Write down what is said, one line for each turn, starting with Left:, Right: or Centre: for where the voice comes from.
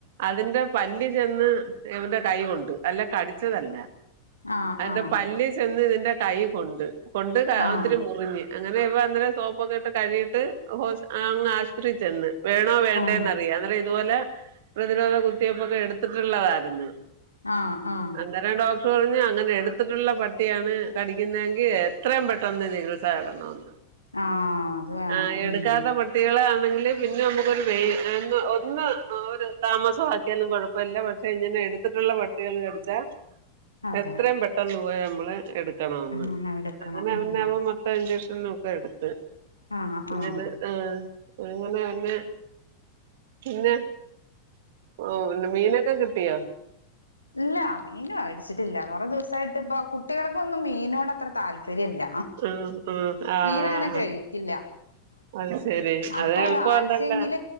Right: അതിന്റെ പല്ലു ചെന്ന് എവന്റെ കൈ കൊണ്ടു അല്ലാ കടിച്ചതല്ല
Left: ആഹ്
Right: അതിന്റെ
Left: ആഹ്
Right: പല്ല് ചെന്ന് ഇതിന്റെ കൈ കൊണ്ട് കൊണ്ട്
Left: ആഹ്
Right: ഒത്തിരി മുറിഞ്ഞ് അങ്ങനെ ഇവ അന്നേരം സോപ്പൊക്കെ ഇട്ട് കഴീട്ട് ഹോസ് അങ്ങ് ആശൂത്രി ചെന്ന് വേണോ വേണ്ടയോന്ന്
Left: ആഹ്
Right: അറിയാ അന്നേരം ഇതുപോലെ പ്രതിരോധ കുത്തിവയ്പ്പൊക്കെ എടുത്തിട്ടുള്ളതാരുന്നു
Left: ആഹ് ആഹ്
Right: അന്നേരം ഡോക്ടറു പറഞ്ഞു അങ്ങനെ എടുത്തിട്ടുള്ള പട്ടിയാണ് കടിക്കുന്നതെങ്കിൽ എത്രയും പെട്ടെന്ന് ചികിത്സ ത്സ തേടണെന്ന്
Left: ആഹ് അത് വേണം
Right: ആഹ് എടുക്കാത്ത
Left: ഉം
Right: പട്ട ട്ടികളെ ആണെങ്കിലു പിന്നെ നമുക്കൊരു വെയ് അങ്ങ് ഒന്ന് ഒരു താമസമാക്കിയാലും കുഴപ്പമില്ല പട്ട് ഇങ്ങനെ എടുത്തിട്ടുള്ള പട്ടികളു കടിച്ചാ
Left: അതെ
Right: എത്രയും പെട്ടെന്ന് പൊയി നമ്മള് എടുക്ക്‌ ക്കണം എന്ന്
Left: ആഹ് എടുക്കണം
Right: അങ്ങനെ അവനവൻ
Left: ഉം
Right: മൊത്തം ഇൻജെക്ഷനും ഒക്കെ എടുത്തു
Left: ആഹ്
Right: അങ്ങനെ
Left: ആഹ്
Right: ആഹ് അങ്ങനെ അന്നെ പിന്നെ ഓഹ് ഇന്ന് മീനൊക്കെ കിട്ടിയാ
Left: ഇല്ല മീൻ വേടിച്ചിട്ടില്ല കൊറ ദിവസായിട്ട് ഇപ്പ കുട്ടികൾക്കൊന്നും മീനോട് അത്ര താല്പര്യല്ല
Right: ആ ആ ആ
Left: മീൻ അങ്ങനെ കഴിക്കില്ല
Right: അത് ശരി
Left: അപ്പൊ
Right: അത് എളുപ്പണ്ടല്ലോ
Left: ക്ഷേ എങ്കിൽ